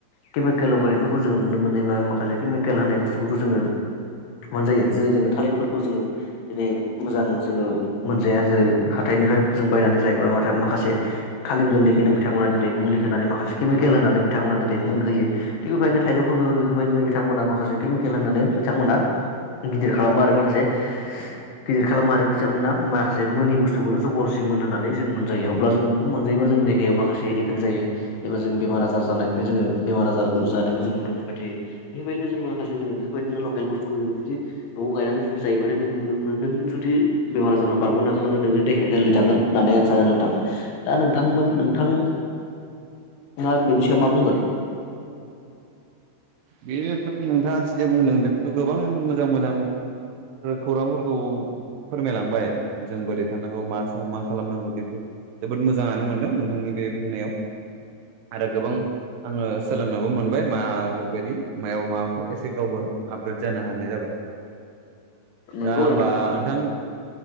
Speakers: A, on the left; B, on the right.
A: केमिकेल लगायनायफोरखौ जोङो नुनो मोनो बा माखासे केमिकेल होनाय बुस्थुफोरखौ जोङो मोनजायो जेरै जोङो थालिरफोरखौ जोङो दिनै मोजां जोङो मोनजाया जेरै हाथाइनिफ्राय जों बायनानै जायोबाा माखासे थाललिं गोरलैखौनो बिथांमोना दिनै मुलि होनानै माखासे केमिकेल होनानै बिथांमोना दिनै मोनहोयो थिग बेबायनो थाइजौफोरखौ बेफोरबायदिनो बिथांमोना माखासे केमिकेल होननानै बिथांमोना गिदिर खालामो आरो माखासे गिदिर खालामो आरो बिथांमोना माखासे मोनै बुस्थुखौनो जबरजसि मोन होननानै जों मोनजायो अब्ला जोङो बेखौ मोनजायोबा जोंनि देहायाव माखासे एफेक्ट जायो एबा जों बेमार आजार जानायनिफ्राय जोङो बेमार आजार जानायखौ जों नुनो मोनबाय थायो बेफोरबायदिनो जों माखासे जोङो बेबायदिनो लकेल बुस्थुखौ जों जुदि न'आव गायनानै जुदि जायोबथाय नों जुदि बेमार आजार बारग'नो हागोन आरो नोंनि देहाया हेलदि थागोन होननानै आं सानो नोंथां दा नोंथांमोन नोंथां दा बेनि सायाव मा बुंगोन?
B: बेफोर नोंथाङा जि बुंदों बे गोबां मोजां मोजां खौरांफोरखौ फोरमायलांबाय जों बोरै थानांगौ मा समाव मा खालामनांगौ बेफोर जोबोद मोजाङानो मोनदों नोंथांनि बे बुंनायाव आरो गोबां आङो सोलोंनोबो मोन <inaudible> मा बायदि मायाव माबाखौ एसे <unintelligible> आपग्रेद जानो हानाय जाबाय
A: नंगौ
B: दा होमबा नोंथां